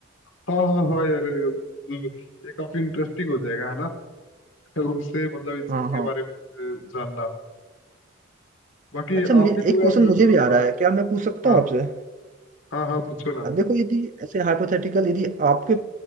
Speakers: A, on the left (about 70°); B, on the right (about 40°).
A: हाँ हाँ हाँ यार मतलब ये काफी इंटरेस्टिंग हो जाएगा है ना <laughs> उनसे मतलब इस
B: हाँ
A: चीज
B: हाँ
A: के बारे में अ, जानना बाकी
B: अच्छा मे-
A: आप भी दो
B: एक
A: यार
B: क्वेश्चन
A: मेरे
B: मुझे
A: को
B: भी आ
A: हाँ
B: रहा है क्या मैं पूछ सकता
A: हाँ
B: हूँ आपसे
A: हाँ हाँ पूछो ना
B: अब देखो यदि ऐसे हाइपोथेटिकल यदि आपके